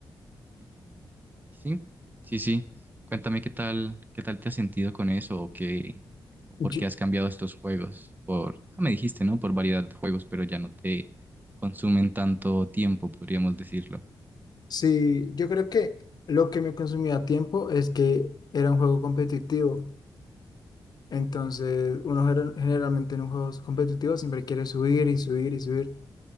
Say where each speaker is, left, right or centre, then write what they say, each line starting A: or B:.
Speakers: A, on the right; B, on the left.
A: Y, y sí, sí, sí. Cuéntame qué tal, qué tal te has sentido con eso o qué, o
B: Yo-
A: por qué has cambiado estos juegos. Por, ah, me dijiste, ¿no? Por variedad de juegos, pero ya no te consumen tanto tiempo, podríamos decirlo.
B: sí, yo creo que lo que me consumía tiempo es que era un juego competitivo. Entonces, uno gener- generalmente en un juego competitivo siempre quiere subir y subir y subir.